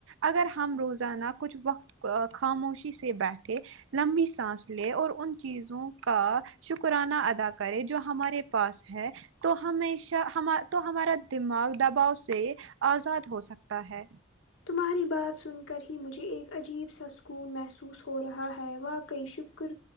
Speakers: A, on the right; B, on the left.
A: اگر ہم روزانہ کچھ وقت ا خاموشی سے بیٹھے لمبی سانس لے اور ان چیزوں کا شکرانہ ادا کرے جو ہمارے پاس ہے تو ہمیشہ ہما تو ہمارا دماغ دباؤ سے آزاد ہو سکتا ہے
B: تمہاری بات سن کر ہی مجھے ایک عجیب سا سکون محسوس ہو رہا ہے واقعی شکر